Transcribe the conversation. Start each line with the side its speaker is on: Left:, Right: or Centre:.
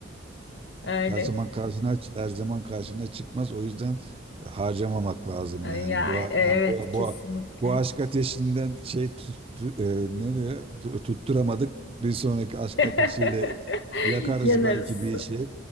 Left: öyle.
Right: Her zaman karşına her zaman karşına çıkmaz. O yüzden e, harcamamak lazım
Left: E,
Right: yani.
Left: Ya
Right: Bu lan
Left: evet
Right: bu
Left: kesinlikle.
Right: bu bu aşk ateşinden şey tuttu, e, ne diyor? Tu- Tutturamadık. Bir sonraki aşk
Left: <laughs>
Right: ateşiyle yakarız
Left: Yanarız.
Right: belki bir şey.